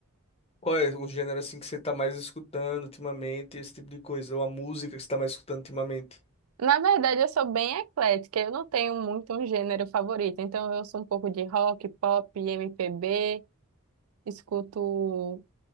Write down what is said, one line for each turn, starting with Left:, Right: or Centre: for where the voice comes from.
Left: Qual é o gênero assim que você tá mais escutando ultimamente, esse tipo de coisa, ou a música que você tá mais escutando ultimamente?
Right: Na verdade, eu sou bem eclética. Eu não tenho muito um gênero favorito. Então, eu ouço um pouco de rock, pop, MPB, escuto